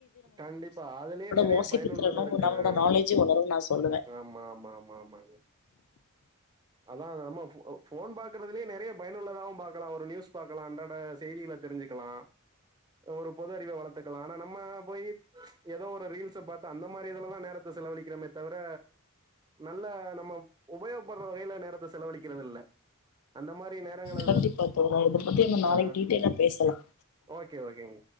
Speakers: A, on the right; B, on the left.
A: கண்டிப்பா அதுலயே நெறைய
B: வாசிப்பு
A: பயனுள்ளது
B: திறனு
A: இருக்கு
B: நம்மளோட
A: அ
B: நாலேஜு வளருன்னு நா சொல்லுவே
A: ஆமா ஆமா ஆமா ஆமாங்க அதா நம்ம போன் பாக்கறதுலயே நெறைய பயனுள்ளதாவு பாக்கலா ஒரு நியூஸ் பாக்கலா அன்றாட செய்திகள தெரிஞ்சுக்கலா ஒரு பொது அறிவ வளத் த்துக்கலா ஆனா நம்ம போயி ஏதோ ஒரு ரீல்ஸ் பாத்து அந்த மாரி இதுல தா நேரத்த செலவழிக்கிறமே தவிர நல்ல நம்ம உபயோகப்ப வகையில நேரத்த செலவழிக்கிறது இல்ல அந்த மாரி நேரங்கள
B: கண்டிப்பா தோழர் இத பத்தி நம்ப நாளைக்கு
A: ஆ
B: டீட்டெயலா பேசலாம்
A: ஓகே ஓகேங்க